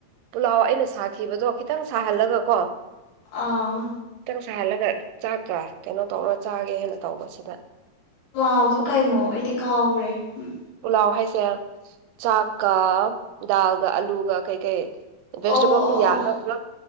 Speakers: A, on the right; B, on the left.
A: ꯄꯨꯂꯥꯎ ꯑꯩꯅ ꯁꯥꯈꯤꯕꯗꯣ ꯈꯤꯇꯪ ꯁꯥꯍꯜꯂꯒ ꯀꯣ
B: ꯑꯥ
A: ꯆꯍꯜꯂꯒ ꯆꯥꯛꯀ ꯀꯩꯅꯣ ꯇꯧꯔ ꯆꯥꯒꯦ ꯍꯥꯏꯦꯟꯅ ꯇꯧꯕꯁꯤꯅ
B: ꯥꯎꯗꯣ ꯀꯩꯅꯣ ꯑꯩꯗꯤ ꯀꯥꯎꯔꯦ ꯎ
A: ꯄꯨꯂꯥꯎ ꯍꯥꯏꯁꯦ ꯆꯥꯛꯀ ꯗꯥꯜꯒ ꯑꯂꯨꯒ ꯀꯩ ꯀꯩ ꯚꯦꯖꯤꯇꯦꯕꯜ
B: ꯑꯣ ꯑꯣ
A: ꯈꯔ ꯌꯥꯡꯔꯒ
B: ꯑꯣ
A: ꯄꯨꯂꯞ